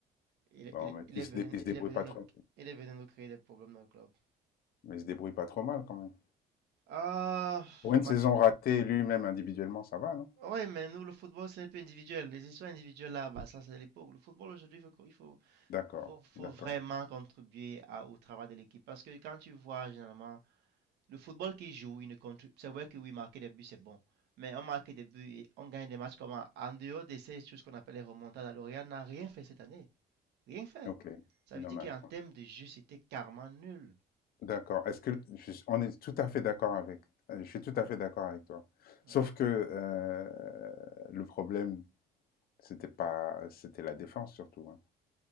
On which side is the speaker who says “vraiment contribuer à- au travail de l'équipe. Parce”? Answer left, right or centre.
Right